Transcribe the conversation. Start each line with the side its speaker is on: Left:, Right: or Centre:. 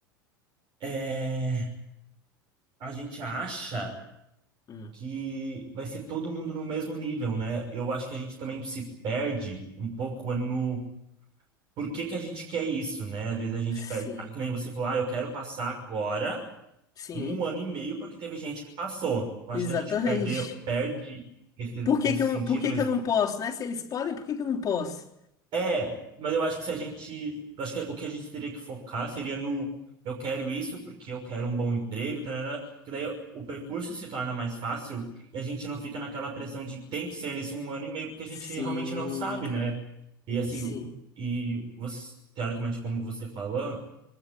Right: é, a gente acha.
Left: Hum,
Right: que vai ser todo mundo no mesmo nível, né? Eu acho que a gente também se perde um pouco no por que que a gente quer isso, né? Às vezes a gente
Left: sim,
Right: perde. Ah, que nem você falou, ah, eu quero passar agora
Left: sim,
Right: em um ano e meio porque teve gente que passou. Eu acho
Left: exatamente.
Right: que a gente perdeu, perde esse-
Left: Por que
Right: nesse
Left: que eu,
Right: sentido.
Left: por que que eu não posso, né? Se eles podem, por que que eu não posso?
Right: É, mas eu acho que se a gente. Eu acho que o que a gente teria que focar seria no. Eu quero isso porque eu quero um bom emprego, tarará, que daí o percurso se torna mais fácil e a gente não fica naquela pressão de tem que ser nesse um ano e meio, porque a
Left: Sim,
Right: gente realmente não sabe,
Left: cara,
Right: né? E assim,
Left: sim.
Right: o- e você, teoricamente, como você falou,